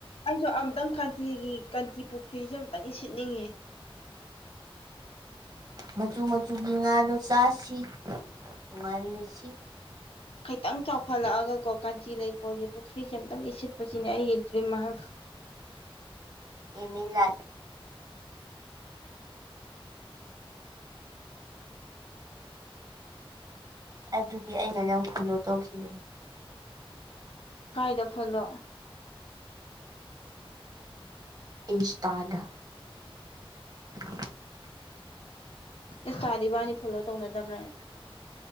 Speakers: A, on the left (about 75°); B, on the right (about 45°).
A: ꯑꯩꯁꯨ ꯑꯝꯛꯇꯪ ꯀꯥꯟꯆꯤꯒꯤ ꯀꯥꯟꯆꯤꯔ ꯄꯨꯈ꯭ꯔꯤꯁꯦ ꯑꯝꯇꯪ ꯏꯁꯤꯠꯅꯤꯡꯉꯦ
B: ꯃꯆꯨ ꯃꯆꯨꯒꯤ ꯉꯥꯗꯣ ꯆꯥꯁꯤ ꯅꯨꯡꯉꯥꯏꯃꯤꯟꯅꯁꯤ
A: ꯈꯤꯇꯪ ꯆꯥꯎꯈꯠꯂꯛꯑꯒ ꯀꯣ ꯀꯥꯟꯆꯤ ꯂꯩꯀꯣꯜꯒꯤ ꯄꯨꯈ꯭ꯔꯤꯁꯦ ꯑꯝꯇꯪ ꯏꯁꯤꯠꯄꯁꯤꯅꯦ ꯑꯩꯒꯤ ꯗ꯭ꯔꯤꯝ ꯍꯥꯏꯕꯨ
B: ꯑꯦꯝ ꯏꯟ ꯂꯥꯏꯞ ꯑꯗꯨꯗꯤ ꯑꯩꯅ ꯅꯪ ꯐꯣꯂꯣ ꯇꯧꯈꯤꯕꯅꯤ
A: ꯀꯥꯏꯗ ꯐꯣꯂꯣ
B: ꯏꯟꯁꯇꯥꯗ <inaudible>
A: ꯏꯁꯇꯥꯗꯤ ꯏꯕꯥꯅꯤ ꯐꯣꯂꯣ ꯇꯧꯅꯗꯕ꯭ꯔꯅꯦ